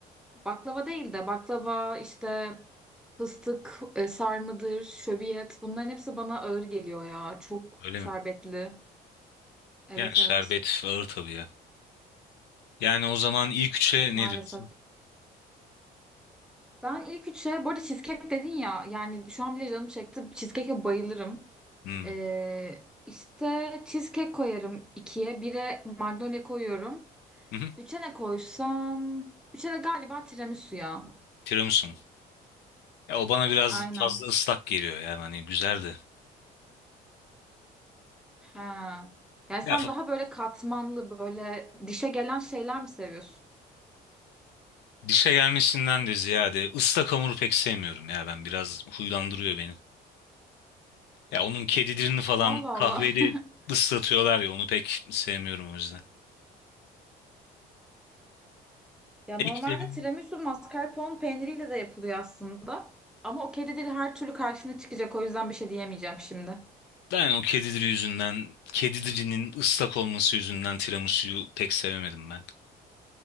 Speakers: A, in the centre; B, on the left.
A: Baklava değil de baklava işte fıstık e, sarmadır, şöbiyet bunların hepsi bana ağır geliyor ya. Çok
B: Öyle
A: şerbetli.
B: mi?
A: Evet
B: Yani şerbet
A: evet
B: ağır tabii ya. Yani o zaman ilk üçe
A: maalesef.
B: ne diyorsun?
A: Ben ilk üçe, bu arada cheesecake dedin ya, yani şu an bile canım çekti. Cheesecake'e bayılırım.
B: Hmm.
A: Ee, işte cheesecake koyarım ikiye. Bire Magnolia koyuyorum.
B: Hı-hı.
A: Üçe ne koysam? Üçe de galiba tiramisu ya.
B: Tiramisu mu? Ya o bana biraz
A: Aynen.
B: fazla ıslak geliyor ya. Hani güzeldi.
A: Ha. Yani
B: Ya
A: sen
B: fa-
A: daha böyle katmanlı, böyle dişe gelen şeyler mi seviyorsun?
B: dişe gelmesinden de ziyade ıslak hamuru pek sevmiyorum ya ben. Biraz huylandırıyor beni. Ya onun kedi dilini falan
A: Allah
B: kahveli
A: Allah. <laughs>
B: ıslatıyorlar ya onu pek sevmiyorum o yüzden.
A: Ya
B: Eklerim.
A: normalde tiramisu mascarpone peyniriyle de yapılıyor aslında. Ama o kedi dili her türlü karşına çıkacak. O yüzden bir şey diyemeyeceğim şimdi.
B: Ben o kedi dili yüzünden, kedi dilinin ıslak olması yüzünden tiramisu'yu pek sevemedim ben.